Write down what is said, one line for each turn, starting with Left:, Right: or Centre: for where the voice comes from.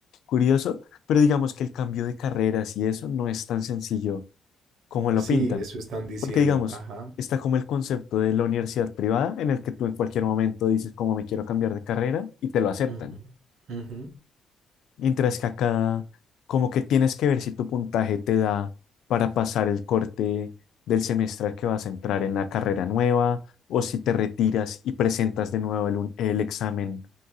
Left: curioso, pero digamos que el cambio de carreras y eso no es tan sencillo como lo
Right: sí,
Left: pintan.
Right: eso están diciendo.
Left: Porque digamos,
Right: Ajá.
Left: está como el concepto de la universidad privada en el que tú en cualquier momento dices como me quiero cambiar de carrera y te lo aceptan.
Right: Ujú, ujú.
Left: Mientras que acá como que tienes que ver si tu puntaje te da para pasar el corte del semestre al que vas a entrar en la carrera nueva o si te retiras y presentas de nuevo el, un- el examen